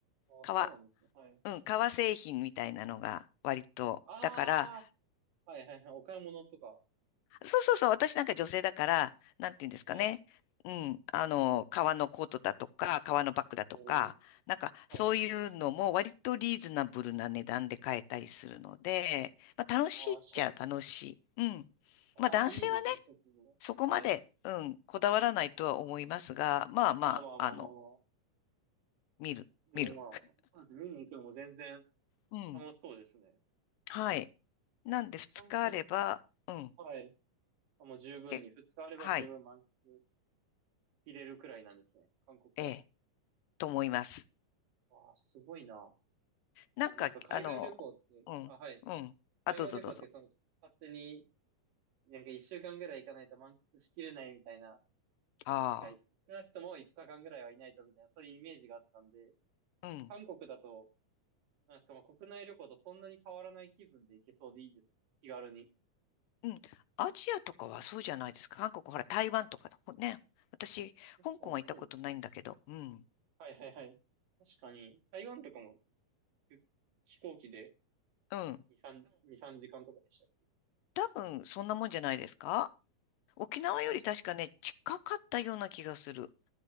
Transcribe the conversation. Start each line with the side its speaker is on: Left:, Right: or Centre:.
Right: あ、
Left: 革。
Right: そうなんですね。はい。
Left: うん、革製品みたいなのが割と。
Right: ああ、
Left: だから、
Right: はい、はい、はい。お買い物とか。
Left: そうそうそう、私なんか女性だから、なんていうんですかね。
Right: はい。
Left: うん、あの、革のコートだとか、革のバッグだとか、
Right: おー、
Left: なんかそういうのも割とリーズナブルな値段で買えたりするので、
Right: はい。
Left: まあ楽しいっちゃ楽しい。
Right: ああ、ショッ
Left: うん。
Right: ああ、
Left: まあ男性はね、
Right: いいですね、ちょっと。
Left: そこまで、
Right: はい。
Left: うん、こだわらないとは思いますが、まあまあ、
Right: まあまあまあまあまあ。
Left: あの、見る、
Right: でもまあ、
Left: 見る。
Right: そうですね。見に行くのも全然
Left: うん。
Right: 楽しそうですね。
Left: はい。なんで2日あれば、
Right: 韓国、
Left: うん、
Right: はい。あもう十分に、
Left: け、
Right: 二日あれば十分満喫
Left: はい、
Right: 入れるくらいなんですね。韓国は。
Left: ええ、と思います。
Right: わあ、すごいな。
Left: なんか、
Right: あ、なんか海外旅行って、
Left: あの、うん、
Right: あ、はい。
Left: うん。
Right: 海外旅行ってその、
Left: あ、どうぞどうぞ。
Right: 勝手に、なんか一週間ぐらい行かないと満喫しきれないみたいな、
Left: あ
Right: なんか、少なくとも五日間ぐらいはいないとみたいな、そういうイメージがあったんで、
Left: あ、うん、
Right: 韓国だと、なんかまあ国内旅行とそんなに変わらない気分で行けそうでいいです。気軽に。
Left: うん。アジアとかはそうじゃないですか。韓国、ほら、台湾とかだもんね。私、
Right: 確かにそうです。
Left: 香港は行ったことないんだけど、うん、
Right: はいはいはい。確かに、台湾とかも飛飛行機で
Left: うん。
Right: 2、3、2、3時間とかでしたっけ
Left: 多分、そんなもんじゃないですか。沖縄より確かね、
Right: あ、じゃない。
Left: 近かったような気がする。